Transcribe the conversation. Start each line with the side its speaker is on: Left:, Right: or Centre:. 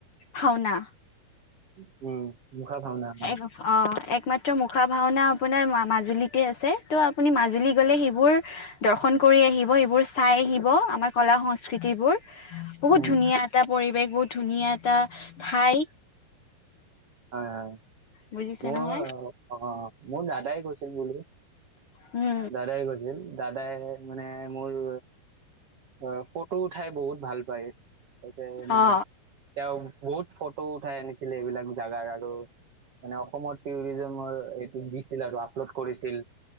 Left: ভাওনা
Right: উম মুখা ভাওনা হয়
Left: এক অ' এক একমাত্ৰ মুখা ভাওনা আপোনাৰ মাজুলীতে আছে ত' আপুনি মাজুলী গ'লে সেইবোৰ দৰ্শন কৰি আহিব এইবোৰ চাই আহিব আমাৰ কলা সংস্কৃতিবোৰ বহুত
Right: উম
Left: ধুনীয়া এটা পৰিৱেশ বহুত ধুনীয়া এটা ঠাই
Right: হয় হয়
Left: বুজিছে
Right: মোৰ
Left: নহয়
Right: আহ মোৰ দাদাই কৈছিল বুলি
Left: উম
Right: দাদাই কৈছে। দাদাই মানে মোৰ, অ' ফটো উঠাই বহুত ভাল পায়। ততে মানে
Left: অ
Right: তেওঁ বহুত ফটো উঠাই আনিছিলে এইবিলাক জাগাৰ আৰু। মানে অসমৰ টুৰিজমৰ এইটো দিছিল আৰু আপলোড কৰিছিল।